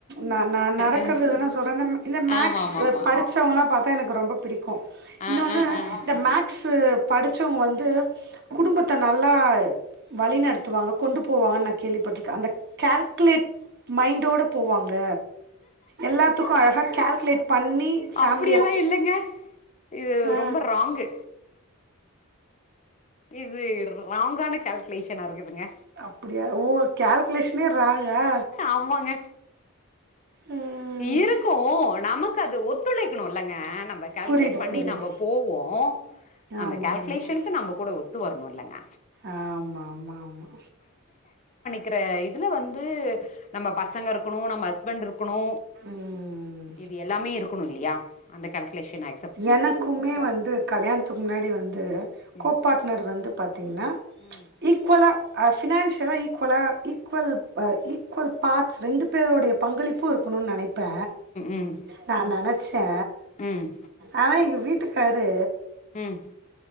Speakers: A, on the right (about 50°); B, on the left (about 35°).
A: நா நா நடக்கறததான
B: ஆ
A: சொல்ற இந்த இந்த மேக்ஸ்
B: ஆமா ஆமா ஆமா
A: படிச்சவங்கல்லா பாத்தா எனக்கு ரொம்ப பிடிக்கு
B: ஆ
A: இன்னொன்னு
B: ஆ ஆ என்ன
A: இந்த மேக்ஸ்சு படிச்சவங்க வந்து குடும்பத்த நல்லா வழிநடத்துவாங்க கொண்டு போவாங்கன் நா கேள்விப்பட்ருக்கே அந்த கேல்குலேட் மைண்டோட போவாங்க எல்லாத்துக்கு அழகா கேல்குலேட் பண்ணி ஃபேமிலிய
B: அப்படியெல்லா இல்லைங்க இது
A: ஆ
B: ரொம்ப ராங்கு இர்ரு ராங்கான கேல்குலேஷனா இருக்குதுங்க
A: அப்புடியா ஓ கேல்குலேஷ் லே ராங்கா
B: ஆமாங்க
A: ம்
B: இருக்கு நமக்கு அது ஒத்துழைக்கணு இல்லங்க நம்ப கேல்குலேட்
A: புரியுது
B: பண்ணி
A: புரியுது
B: நம்ப போவோ அந்த
A: ஆமா
B: கேல்குலேஷனுக்கு
A: ஆமா
B: நம்ம கூட ஒத் து வர்ணுலங்க
A: ஆமா மா மா
B: கிற இதுல வந்து நம்ப பசங்கருக்குணு நம்ம ஹஸ்பண்ட் ருக்குணு
A: ம்
B: இது எல்லாமே இருக்கணு இல்லியா அந்த கேல்குலேஷனாய்
A: எனக்குமே வந்து கல்யாண்த்துக்கு முன்னாடி வந்து
B: ம்
A: கோபாட்னர் வந்து பாத்தீங்னா
B: ம்
A: ஈக்வொலா ஆஃப் ஃபினான்ஷியலா ஈக்குவலா ஈக்குவல்ப் அ ஈக்குவல் பாத் ரெண்டுப் பேருடைய பங்களிப்பு இருக்கணுன் நெனைப் ப்பே
B: ம்
A: நா நெனைச்சே
B: ம்
A: ஆனா எங்க வீட்டுக்காரு
B: உம்